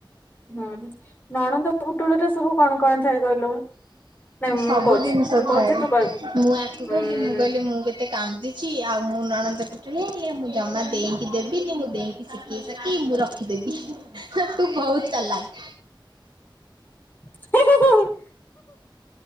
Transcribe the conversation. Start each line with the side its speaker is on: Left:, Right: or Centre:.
Left: ହୁଁ ନଣନ୍ଦ ପୁଟୁଳିରେ ସବୁ କଣ କଣ ଥାଏ? କହିଲୁ? ନାଇଁ
Right: ସବୁ
Left: ମୁଁ କହୁଛି
Right: ଜିନିଷ
Left: ମୁଁ କହୁଛି
Right: ଥାଏ।
Left: ତୁ କହିବୁ
Right: ମୁଁ ଆକୁ
Left: ଉଁ
Right: କଇଲି ମୁଁ କଇଲି ମୁଁ କେ ସେ କାନ୍ଦିଚି ଆଉ ମୁଁ ନଣନ୍ଦ ପୁଟୁଳି ଆଣିଲେ ମୁଁ ଜମା ଦେଇନି। କି ଦେବିନି। ମୁଁ ଦେଇଙ୍କି ଶିକେଇ ସକେଇ ମୁଁ ରଖିଦେବି ତୁ ବହୁତ୍‌ ଚଲାଖ୍।
Left: <inaudible>